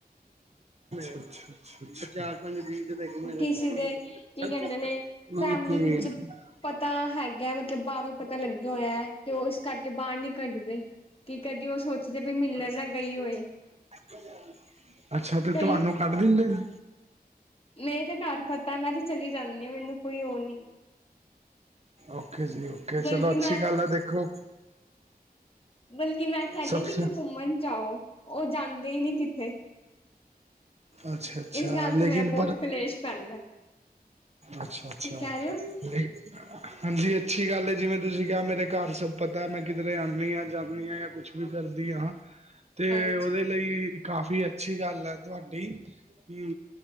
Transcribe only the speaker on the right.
ਅੱਛਾ। ਚਾਰ-ਪੰਜ ਬੀਜ ਦੇਖੋ ਮੇਰੇ
<unintelligible>
ਸੱਚ
ਐ,
ਮੈਂ
ਵੇਖ <unintelligible>
ਮਜ਼ਾ ਆਯਾ। ਅੱਛਾ ਤੇ
ਤੁਆਨੂੰ ਕੱਢ ਦਿੰਦੇ ਨੇ?
ਓਕੇ ਜੀ ਓਕੇ, ਚਲੋ
ਅੱਛੀ
ਗੱਲ ਐ ਦੇਖੋ
ਸਭਸੇ
ਅੱਛਾ ਅੱਛਾ
ਲੇਕਿਨ
ਅੱਛਾ-ਅੱਛਾ
ਵੇ ਹਾਂਜੀ ਅੱਛੀ ਗੱਲ ਏ ਜਿਵੇਂ ਤੁਸੀਂ ਕਿਹਾ ਮੇਰੇ ਘਰ ਸਭ ਪਤਾ ਮੈਂ ਕਿਧਰੇ ਆਣੀ ਆ ਜਾਣੀ ਆ ਯਾ ਕੁਛ। ਵੀ ਕਰਦੀ ਹਾਂ। ਤੇ
ਓਦੇ ਲਈ ਕਾਫੀ ਅੱਛੀ ਗੱਲ ਐ ਤੁਆਡੀ। ਕਿ